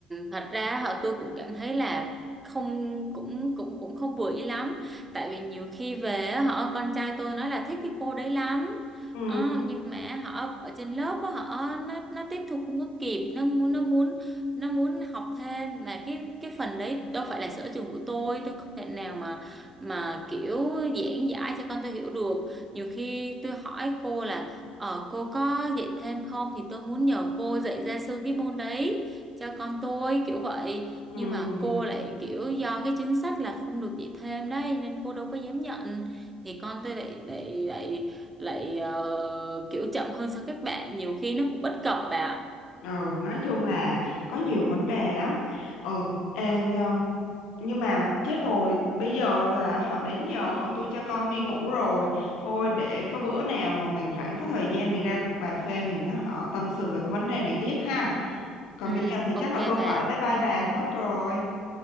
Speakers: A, on the right (about 20°); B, on the left (about 75°).
A: thật ra họ tôi cũng cảm thấy là không cũng cũng cũng không vừa ý lắm tại vì nhiều khi về á, họ con trai tôi nói là thích cái cô đấy lắm
B: ừ
A: Ờ, nhưng mà họ ở trên lớp á, họ nó nó tiếp thu không có kịp nó muốn nó muốn nó muốn học thêm mà cái cái phần đấy đâu phải là sở trường của tôi tôi không thể nào mà mà kiểu giảng giải cho con tôi hiểu được nhiều khi tôi hỏi cô là ờ, cô có dạy thêm không thì tôi muốn nhờ cô dạy ra sư cái môn đấy cho con tôi kiểu vậy
B: ừ
A: nhưng mà cô lại kiểu do cái chính sách là không được dạy thêm đấy nên cô đâu có dám nhận thì con tôi lại lại lại lại ờ, kiểu chậm hơn so với các bạn nhiều khi nó cũng bất cập bà ạ
B: ừ nói chung là có nhiều vấn đề lắm ừ ê, nhờ- nhưng mà chết rồi bây giờ là họ đến giờ họ tôi cho con đi ngủ rồi thôi để có bữa nào mà mình rảnh có thời gian mình ra cà phê mình họ tâm sự về cái vấn đề này tiếp ha Còn
A: ừ
B: bây giờ thì
A: ok
B: chắc là tôi
A: bà
B: phải bye bye bà mất rồi.